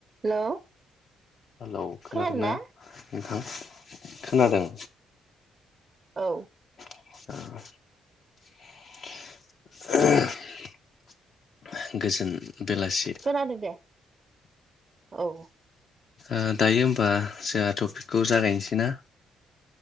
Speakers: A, on the right; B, on the left.
A: हेल'
B: hello खोनादोंना
A: खोनादों ना
B: नोंथां खोनादों?
A: औ
B: <unintelligible> गोजोन बेलासि
A: खोनादों दे औ।
B: ओ दायो होमबा जाहा टपिकखौ जागायनोसै ना?